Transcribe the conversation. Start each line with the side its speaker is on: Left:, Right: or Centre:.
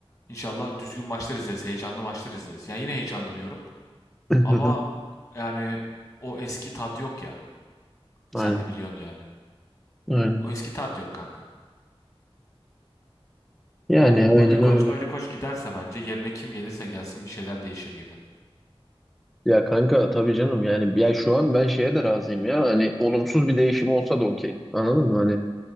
Left: İnşallah düzgün maçlar izleriz. Heyecanlı maçlar izleriz. Ya yine heyecanlanıyorum.
Centre: <laughs>
Left: Ama yani o eski tad yok ya.
Centre: Aynen.
Left: Sen de biliyorsun yani.
Centre: Aynen.
Left: O eski tad yok kanka.
Centre: Yani
Left: Ya o
Centre: aynen
Left: Ali Koç,
Centre: öyle.
Left: Ali Koç giderse bence yerine kim gelirse gelsin bir şeyler değişir gibi.
Centre: Ya kanka tabii canım yani ya şu an ben şeye de razıyım ya hani olumsuz bir değişim olsa da okey. Anladın mı? Hani